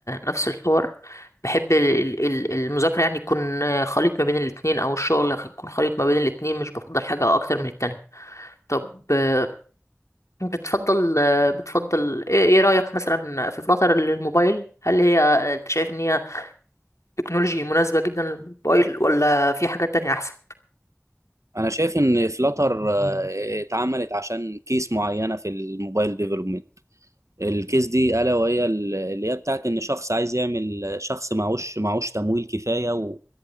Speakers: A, on the left; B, on the right.
A: نفس الحوار بحب ال- ال- المذاكرة يعني يكون خليط ما بين الاتنين او الشغل يكون خليط ما بين الاتنين مش بفضل حاجة اكتر من التانية طب آه، بتفضل آه، بتفضل ايه إيه رأيك مثلا في فلاتر للموبايل هل هي آه، انت شايف ان هي تكنولوجي مناسبة جدا للموبايل ولا في حاجات تانية احسن
B: انا شايف ان فلاتر اتعملت عشان كيس معينه في الموبايل ديفلوبمنت الكيس دي الا وهي ال- اللي هي بتاعت ان شخص عايز يعمل شخص معهوش معهوش تمويل كفايه و...